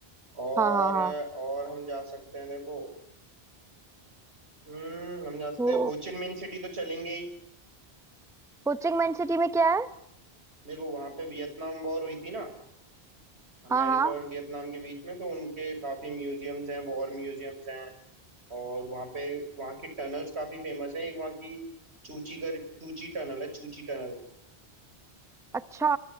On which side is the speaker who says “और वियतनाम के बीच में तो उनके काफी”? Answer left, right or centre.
Right